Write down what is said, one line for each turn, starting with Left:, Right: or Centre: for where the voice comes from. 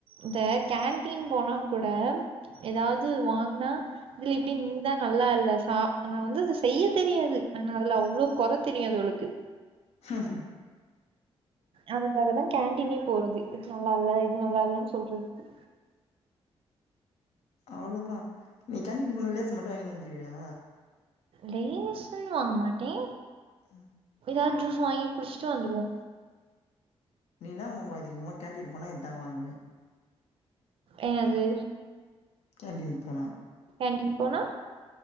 Right: இந்த கேண்டீன் போனா கூட எதாவது வாங்னா இதுல இப்டி இந்த நல்லா இல்ல சா நா வந்து செய்ய தெரியாது ஆனா அதுல அவ்ளோ குறை தெரியு அதுவளுக்கு
Left: ஹஹ
Right: அதுக்காக தா கேண்டீனே போறது இது நல்லா இல்ல இது நல்லா இல்லன்னு சொல்றதுக்கு
Left: அவ்ளோ தா நீ கேண்டின் போனா லேசு மட்டு வாங்கிட்டு வந்துடுவியா
Right: லேஸ்ஸூன்னு வாங்க மாட்டே
Left: ம்
Right: எதாவது ஜூஸ்ஸூ வாங்கி குடிச்சுட்டு வந்துடுவோ
Left: நீனா வாங்குவ அதிகமா கேண்டீன் போனா இதா வாங்குவே
Right: என்னது
Left: கேன்டீன் போனா
Right: கேன்டின் போனா